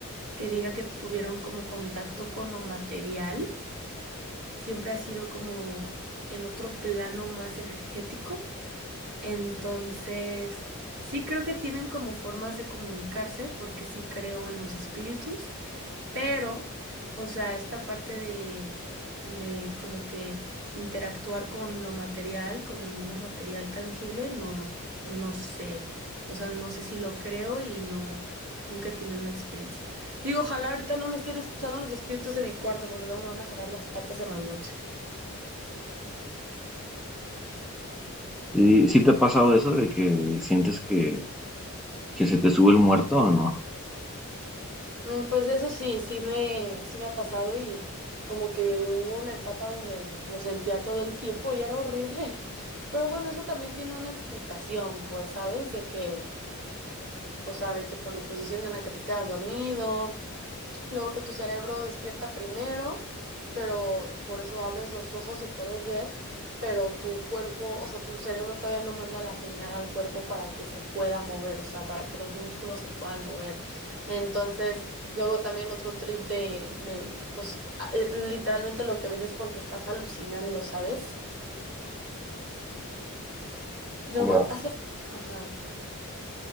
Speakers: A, on the right; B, in the centre.
A: que diga que tuvieron como contacto con lo material. Siempre ha sido como en otro plano más energético. Entonces, sí creo que tienen como formas de comunicarse, porque sí creo en los espíritus, pero, o sea, esta parte de, de como que interactuar con lo material, con el mundo material tangible, no, no sé. O sea, no sé si lo creo y no, nunca he tenido una experiencia. Digo, ojalá ahorita no me estén escuchando los espíritus de mi cuarto, porque luego me van a jalar las patas en la noche.
B: ¿Y sí te ha pasado eso de que sientes que, que se te sube el muerto o no?
A: Mm, Pues eso sí, sí me, sí me ha pasado y como que hubo una etapa donde lo sentía todo el tiempo y era horrible. <laughs> Pero bueno, eso también tiene una explicación, pues, ¿sabes? De que, o sea, de que por la posición en la que te quedas dormido. Luego que tu cerebro despierta primero, pero por eso abres los ojos y puedes ver, pero tu cuerpo, o sea, tu cerebro todavía no manda la señal al cuerpo para que se pueda mover, o sea, para que los músculos se puedan mover. Entonces, luego también otro trip de, de pues, a- eh, literalmente lo que ves es porque estás alucinando, ¿sabes? Luego
B: Ya.
A: hace... Ajá.